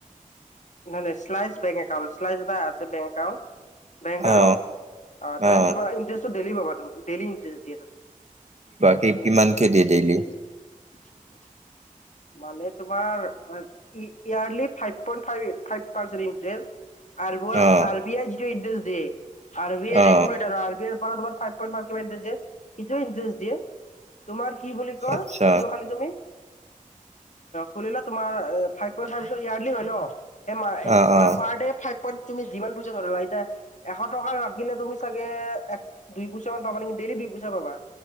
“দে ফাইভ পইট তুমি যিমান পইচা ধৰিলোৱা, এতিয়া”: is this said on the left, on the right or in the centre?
Left